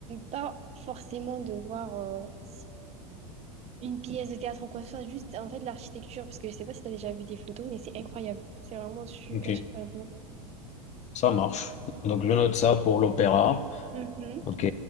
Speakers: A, on the right; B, on the left.
A: pas forcément de voir. euh, si Une pièce de théâtre ou quoi que ce soit, juste en fait l'architecture, parce que je sais pas si t'as déjà vu des photos, mais c'est incroyable. C'est vraiment super,
B: Ok,
A: super beau.
B: ça marche. Donc, je note ça pour l'opéra.
A: Mhm.
B: Ok,